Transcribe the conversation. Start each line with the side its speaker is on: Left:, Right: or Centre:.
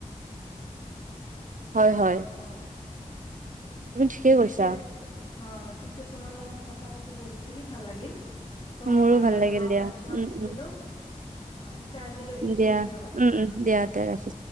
Right: হয় হয়।
Left: অঁ'
Right: তুমি
Left: পি
Right: ঠিকেই
Left: পিছে-
Right: কৈছা
Left: অঁ', পিছে তোমাৰ লগত কথা পাতি বহুতখিনি ভাল লাগিল। তোমাৰ
Right: মোৰো
Left: পৰা
Right: ভাল
Left: নজনা
Right: লাগিল
Left: কথা
Right: দিয়া
Left: কিছুমান
Right: উম
Left: শিকিলো।
Right: উম
Left: হয়, পিছে আজিলৈ এৰিছো
Right: দিয়া
Left: ধন্যবাদ।
Right: উম উম দিয়া তে ৰাখিছো